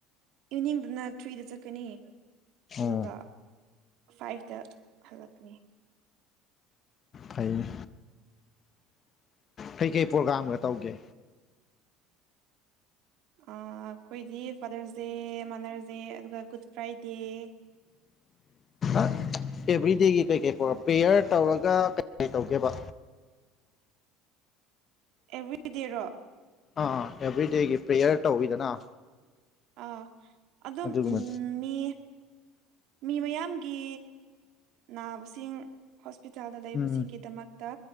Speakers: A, on the right; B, on the left.
A: ꯏꯚꯅꯤꯡꯗꯅ ꯊ꯭ꯔꯤꯗ ꯆꯠꯀꯅꯤ
B: ꯑꯣ
A: ꯑꯗꯨꯒ ꯐꯥꯏꯚꯇ ꯍꯜꯂꯛꯀꯅꯤ
B: ꯐꯩꯅꯦ ꯀꯩꯀꯩ ꯄ꯭ꯔꯣꯒꯥꯥꯝꯒ ꯇꯧꯒꯦ
A: ꯑꯩꯈꯣꯏꯗꯤ ꯐꯥꯗꯔꯁ ꯗꯦ ꯃꯥꯗꯔꯁ ꯗꯦ ꯑꯗꯨꯒ ꯒꯨꯗ ꯐ꯭ꯔꯥꯏꯗꯦ <unintelligible>
B: ꯑꯦꯚ꯭ꯔꯤꯗꯦꯒꯤ ꯀꯩ ꯀꯩꯔ ꯄ꯭ꯔꯣꯌꯔ ꯇꯧꯔꯒ ꯀꯩ ꯇꯧꯒꯦꯕ
A: ꯑꯦꯕ꯭ꯔꯤꯗꯦꯔꯣ
B: ꯑꯥꯥ ꯑꯦꯕ꯭ꯔꯤꯗꯦꯒꯤ ꯄ꯭ꯔꯦꯌꯔ ꯇꯧꯋꯤꯗꯅ
A: ꯑ ꯑꯗꯨꯝ
B: ꯑꯗꯨꯒꯨꯝꯕ
A: ꯎꯝ ꯃꯤ ꯃꯤ ꯃꯌꯥꯝꯒꯤ ꯅꯥꯕꯁꯤꯡ ꯍꯣꯁꯄꯤꯇꯥꯜꯗ ꯂꯩꯕꯁꯤꯡꯒꯤꯗꯃꯛꯇ
B: ꯎꯝ